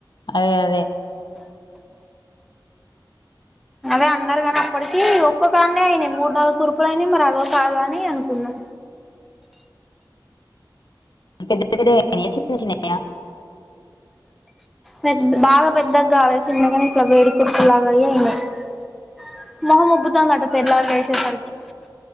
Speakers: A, on the left; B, in the centre.
A: అదే అదే
B: అదే అన్నారు కానీ అప్పటి దీ.. ఒక్క కాడనే అయినియి మూడు నాలుగు కురుపులు అయినియి మరి అదొ కాదొ అనీ అనుకున్నా
A: పెద్ద పెద్దదె అయినియా చిన్న చిన్నయా
B: పెద్ద బాగా పెద్దగాలేసి గానీ వేడి కురుపులు లాగా అయ్యాయిమొహం ఉబ్బుతాందంట తెల్లారి లేసే సరికి